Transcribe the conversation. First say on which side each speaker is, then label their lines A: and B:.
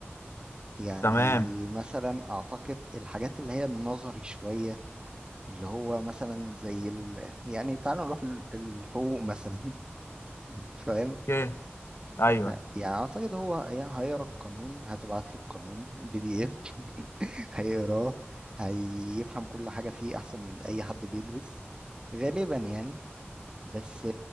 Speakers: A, on the right; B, on the left.
A: يعني
B: تمام
A: مثلا اعتقد الحاجات اللي هي النظري شوية اللي هو مثلا زي ال... يعني تعالى نروح ال- الحقوق مثلا <laughs> فاهم
B: اوكي ايوه
A: ف- يعني اعتقد هو هي- هيقرا القانون هتبعت له القانون بي دي اف <laughs> هيقراه هيفهم كل حاجة فيه احسن من اي حد بيدرس غالبا يعني بس